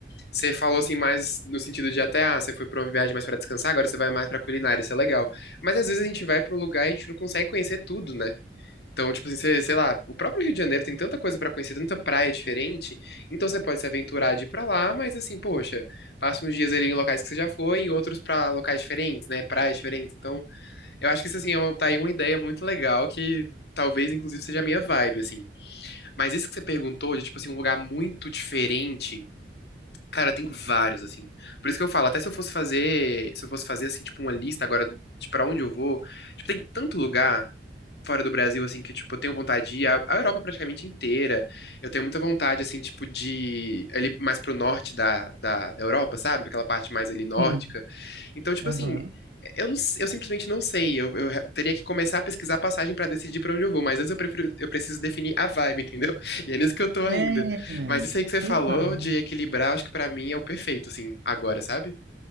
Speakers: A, on the left; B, on the right.
A: Você falou assim mais no sentido de até, ah, você foi pra uma viagem mais pra descansar, agora você vai mais pra culinária, isso é legal. Mas às vezes a gente vai pra um lugar e a gente não consegue conhecer tudo, né? Então, tipo assim, você- sei lá, o próprio Rio de Janeiro tem tanta coisa pra conhecer, tanta praia diferente, então você pode se aventurar de ir pra lá, mas assim, poxa, passa uns dias ali em locais que você já foi, e outros pra locais diferentes, né, praias diferentes. Então, eu acho que isso assim, é uma, tá aí uma ideia muito legal que talvez inclusive seja a minha vibe, assim. Mas isso que você perguntou de tipo assim, um lugar muito diferente, cara, tem vários assim. Por isso que eu falo, até se eu fosse fazer, se eu fosse fazer assim, tipo uma lista agora de pra onde eu vou, tipo, tem tanto lugar fora do Brasil, assim, que, tipo, eu tenho vontade de ir à à Europa praticamente inteira. Eu tenho muita vontade, assim, tipo, de ir ali mais pro norte da, da, da Europa, sabe? Aquela parte mais ali nórdica.
B: Sim.
A: Então, tipo
B: Aham.
A: assim, eu, não, s- eu simplesmente não sei. Eu, eu re- teria que começar a pesquisar passagem pra decidir pra onde eu vou. Mas antes eu prefiro, eu preciso definir a vibe, <laughs> entendeu? E é nisso que eu tô
B: É,
A: ainda. Mas isso aí que você falou
B: exato.
A: de equilibrar, acho que pra mim é o perfeito, assim, agora, sabe?